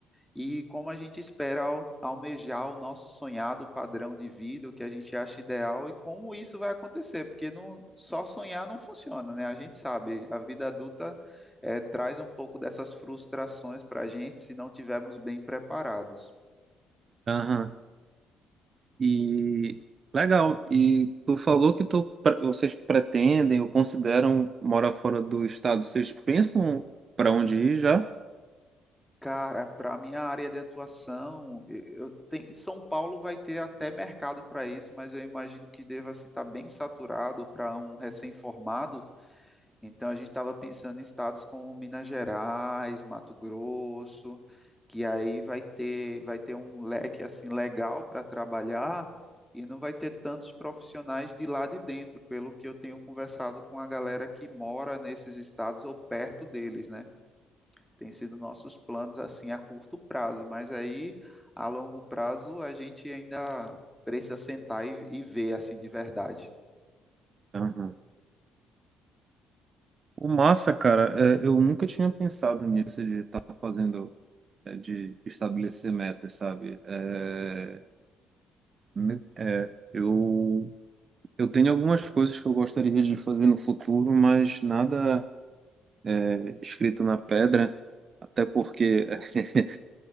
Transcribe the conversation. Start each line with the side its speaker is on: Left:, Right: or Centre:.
Centre: e como a gente espera al- almejar o nosso sonhado padrão de vida, o que a gente acha ideal e como isso vai acontecer, porque não, só sonhar não funciona, né? A gente sabe, a vida adulta eh, traz um pouco dessas frustrações para a gente se não tivermos bem preparados.
Right: aham. E legal. E tu falou que tu, pre- vocês pretendem ou consideram morar fora do estado. Vocês pensam para onde ir já?
Centre: Cara, para minha área de atuação, eu, eu tenho- São Paulo vai ter até mercado para isso, mas eu imagino que deva assim estar bem saturado para um recém-formado, Então a gente estava pensando em estados como Minas Gerais, Mato Grosso, que aí vai ter vai ter um leque assim legal para trabalhar e não vai ter tantos profissionais de lá de dentro, pelo que eu tenho conversado com a galera que mora nesses estados ou perto deles, né? Tem sido nossos planos assim a curto prazo, mas aí a longo prazo a gente ainda precisa sentar e, e ver assim de verdade.
Right: Aham. O massa, cara, é, eu nunca tinha pensado nisso de estar fazendo, é, de estabelecer metas, sabe? É, me- é, eu, eu tenho algumas coisas que eu gostaria de fazer no futuro, mas nada é, escrito na pedra, até porque <laughs>